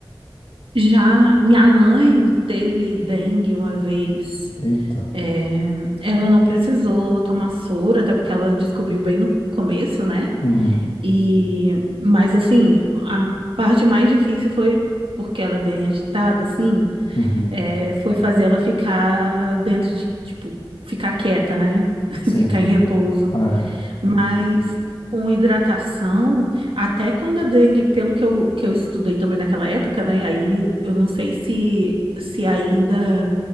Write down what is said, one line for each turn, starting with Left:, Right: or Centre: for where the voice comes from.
Right: Já minha mãe teve dengue uma vez.
Left: Eita.
Right: É, ela não precisou tomar soro, até porque ela descobriu bem no começo, né?
Left: Uhum,
Right: E, mas assim, a parte mais difícil foi porque ela é bem agitada, assim.
Left: uhum.
Right: é, foi fazer ela ficar dentro de, tipo, ficar quieta, né? <laughs>
Left: Sim.
Right: Ficar em repouso.
Left: É.
Right: Mas com hidratação, até quando a dengue, pelo que eu, que eu estudei também naquela época, né? Aí eu não sei se, se ainda